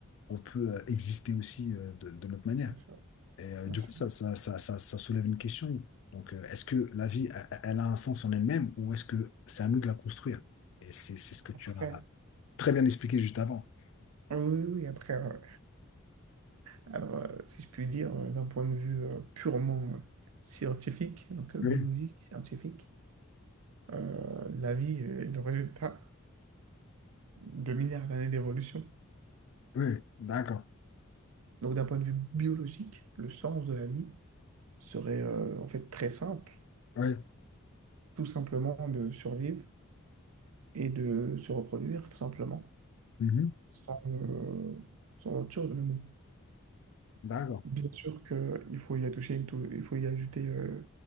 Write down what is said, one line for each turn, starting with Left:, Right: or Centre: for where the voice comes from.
Left: on peut euh, exister aussi euh, de de notre manière.
Right: Bien sûr,
Left: Et euh,
Right: bien
Left: du
Right: sûr.
Left: coup, ça, ça, ça, ça, ça soulève une question. Donc, euh, est-ce que la vie, elle, elle a un sens en elle-même ou est-ce que c'est à nous de la construire? Et c'est c'est ce que
Right: Après,
Left: tu as très bien expliqué juste avant.
Right: oui, oui, oui, après, euh, alors, euh, si je puis dire, euh, d'un point de vue euh, purement euh, scientifique, donc euh, biologique,
Left: Oui,
Right: scientifique, euh, la vie est le résultat de milliards d'années d'évolution.
Left: oui, d'accord.
Right: Donc, d'un point de vue biologique, le sens de la vie, serait euh, en fait très simple,
Left: Oui,
Right: tout simplement de survivre et de se reproduire, tout simplement,
Left: mhm,
Right: sans, euh, sans autre chose. Mais bon,
Left: d'accord.
Right: bien sûr qu'il faut y attacher une tou- il faut y ajouter euh,